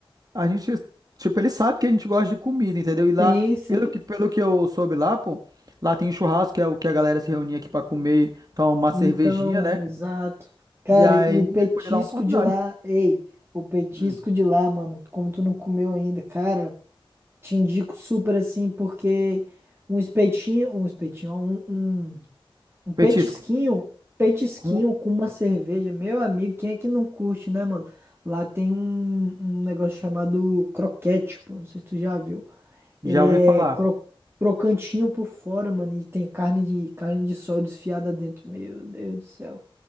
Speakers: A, on the right; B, on the right.
A: a gente, tipo, ele sabe que a gente gosta de comida, entendeu? E lá,
B: Sim, sim.
A: pelo que, pelo que eu soube lá, pô, lá tem um churrasco, que é o que a galera se reunia aqui pra comer, tomar uma cervejinha,
B: Então,
A: né?
B: exato. Cara,
A: E aí
B: e o petisco
A: ele podia dar uma oportunidade.
B: de lá, ei, o petisco
A: Hum,
B: de lá, mano, como tu não comeu ainda, cara, te indico super assim, porque um espetinho, um espetinho, ó, um, um Um petisquinho,
A: petisco,
B: petisquinho
A: Com-
B: com uma cerveja. Meu amigo, quem é que não curte, né, mano? Lá tem um, um negócio chamado croquete, pô. Não sei se tu já viu.
A: já
B: Ele é
A: ouvi falar.
B: cro- crocantinho por fora, mano. E tem carne de, carne de sol desfiada dentro. Meu Deus do céu.